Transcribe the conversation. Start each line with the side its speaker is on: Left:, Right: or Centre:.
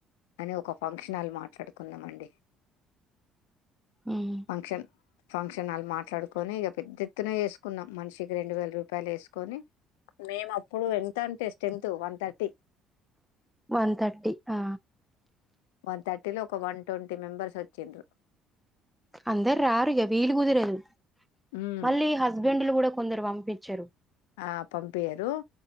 Left: అని ఒక ఫంక్షన్ల్ మాట్లాడుకున్నాం అండి
Centre: ఉమ్,
Left: ఫంక్షన్ ఫంక్షన్లు మాట్లాడుకొని ఇక పెద్ద ఎత్తున వేసుకున్నాం మనిషికి రెండు వేల రూపాయలు వేసుకొని మేము అప్పుడు ఎంత అంటే strength one thirty
Centre: one thirty ఆ
Left: వన్ థర్టీలో ఒక వన్ ట్వంటీ మెంబర్స్ వచ్చిండ్రు
Centre: అందరు రారుగా వీలు కుదిరేదు
Left: మ్మ్
Centre: మళ్ళీ హస్బెండ్లు కూడా కొందరు పంపిచ్చారు
Left: ఆ పంపియరు